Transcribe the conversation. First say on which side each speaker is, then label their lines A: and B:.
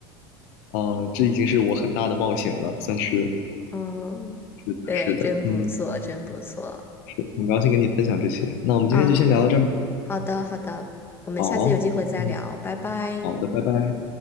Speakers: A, on the left; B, on the left.
A: 啊、这已经是我很大的冒险了，算是。
B: <laughs> 嗯，
A: 是的，
B: 对，
A: 是的，
B: 真不错，
A: 嗯，
B: 真不错
A: 是，很高兴跟你分享这些。那我们今天就先聊到这儿。
B: 啊。好的，好的，我们下次有机会再聊，
A: 好，嗯，
B: 拜拜。
A: 好的，拜拜。